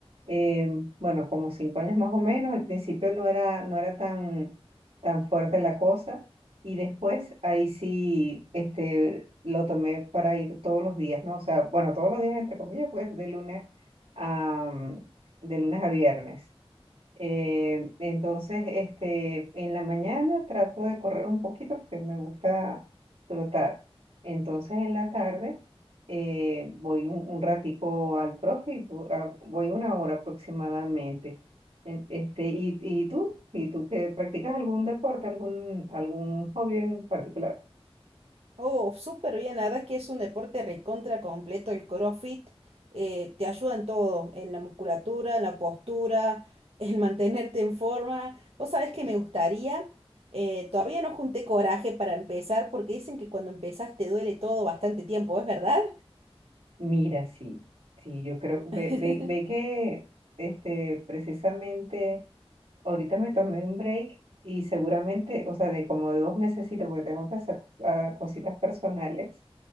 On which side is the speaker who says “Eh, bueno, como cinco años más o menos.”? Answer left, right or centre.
Right